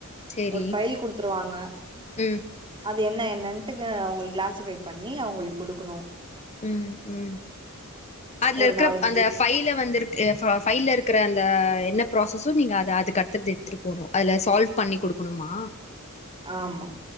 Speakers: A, on the left (about 30°); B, on the right (about 25°).
A: சேரி
B: ஒரு ஃபைல் குடுத்துருவாங்க
A: ம்
B: அது என்ன என்னன்ட்டு உங்குள் கிளாஸ் ஸிஃபை பண்ணி அவ்ங்ளுக் குடுக்குனோ
A: ம் ம் அத்ல
B: ஒரு
A: இருக்குற
B: நாலஞ்சு
A: அந்த ஃபைல வந்துருக் ஃபைல்ல இருக்குற அந்த என்ன ப்ராசஸோ நீங்க அத அதுக்கட்தது த்ட்டு போனோ அல சால்வ் பண்ணி குடுக்குணும்மா
B: ஆம்மா